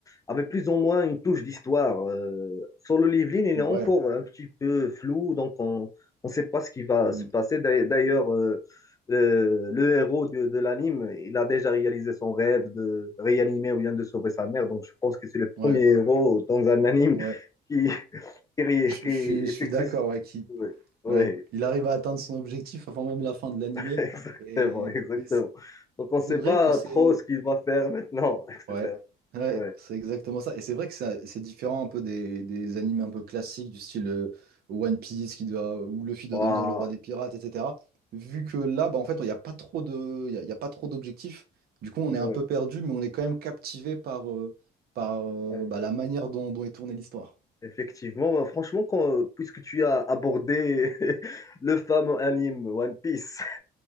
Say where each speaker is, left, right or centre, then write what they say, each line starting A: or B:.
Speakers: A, on the left; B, on the right.
A: avait plus ou moins une touche d'histoire. Euh, sur le Livline, il
B: Ouais,
A: est encore un petit peu flou, donc on ne sait pas ce qui va
B: mm,
A: se passer. D'ailleurs, d'ailleurs, euh, le, le héros de, de l'anime, il a déjà réalisé son rêve de réanimer ou bien de sauver sa mère, donc je pense que c'est le premier
B: ouais,
A: héros dans un anime
B: ouais.
A: qui, <laughs> qui, ré-
B: Je,
A: qui effectue...
B: je suis, je suis d'accord, ouais, qui,
A: Oui, oui,
B: ouais. Il arrive à atteindre son objectif avant même la fin de l'animé.
A: <laughs> exactement,
B: Et,
A: exactement.
B: et
A: Donc on ne
B: C'est
A: sait
B: vrai
A: pas
B: que c'est...
A: trop ce qu'il va faire maintenant, <laughs> etc.
B: Ouais, ouais,
A: Oui.
B: c'est exactement ça. Et c'est vrai que ça- c'est différent un peu des, des animes un peu classiques du style euh, One Piece qui doit, où Luffy doit
A: Ouah,
B: devenir le roi des pirates, etc. Vu que là, bah, en fait, il n'y a pas trop de, il y a, il y a pas trop d'objectifs. Du coup, on est
A: ouais,
B: un peu perdu, mais on est quand même captivé par, euh, par euh,
A: ouais.
B: bah, la manière dont, dont est tournée l'histoire.
A: Effectivement, euh, franchement, quand, euh, puisque tu as abordé <laughs> le fameux anime One Piece,